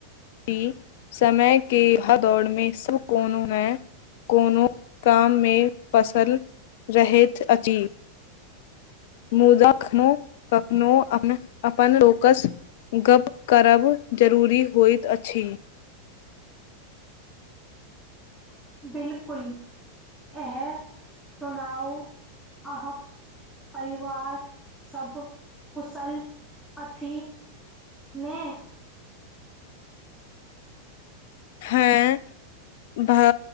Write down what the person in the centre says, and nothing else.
'बिलकुल' ए सुनाओ आहक परिवार सब कुशल अथी ने?